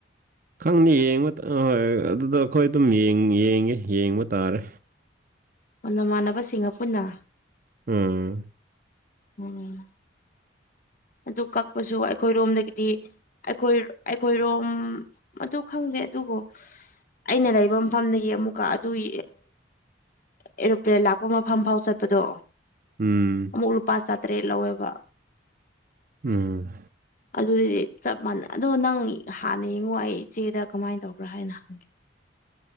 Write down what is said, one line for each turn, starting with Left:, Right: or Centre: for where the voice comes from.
Right: ꯈꯪꯅꯤ ꯌꯦꯡꯕ ꯑ ꯍꯣꯏ ꯑꯗꯨꯗ ꯑꯈꯣꯏ ꯑꯗꯨꯝ ꯌꯦꯡ ꯌ‌ꯦꯡꯉꯦ ꯌꯦꯡꯕ ꯇꯥꯔꯦ
Left: ꯑ ꯅꯃꯥꯟꯅꯕꯁꯤꯡꯒ ꯄꯨꯟꯅ
Right: ꯎꯝ
Left: <unintelligible> ꯑꯗꯨ ꯀꯛꯄꯁꯨ ꯑꯩꯈꯣꯏꯔꯣꯝꯗꯒꯤꯗꯤ ꯑꯩꯈꯣꯏ ꯑꯩꯈꯣꯏꯔꯣꯝ ꯑꯗꯨ ꯈꯪꯗꯦ ꯑꯗꯨꯕꯨ ꯑꯩꯅ ꯂꯩꯕ ꯃꯐꯝꯗꯒꯤ ꯑꯃꯨꯛꯀ ꯑꯗꯨ <unintelligible> ꯑꯦꯔꯣꯄ‌ꯦ ꯂꯥꯛꯄ ꯃꯐꯝ ꯐꯥꯎ ꯆꯠꯄꯗꯣ
Right: ꯎꯝ
Left: ꯑꯃꯨꯛ ꯂꯨꯄꯥ ꯆꯥꯇꯔꯦꯠ ꯂꯧꯋꯦꯕ
Right: ꯎꯝ
Left: ꯑꯗꯨꯗꯤ ꯆꯞ ꯃꯥꯟꯅ ꯑꯗꯣ ꯅꯪ ꯍꯥꯟꯅ ꯌꯦꯡꯉꯣ ꯑꯩ ꯏꯆꯦꯗ ꯀꯃꯥꯏꯟ ꯇꯧꯕ꯭ꯔꯥ ꯍꯥꯏꯅ ꯍꯪꯒꯦ <inaudible>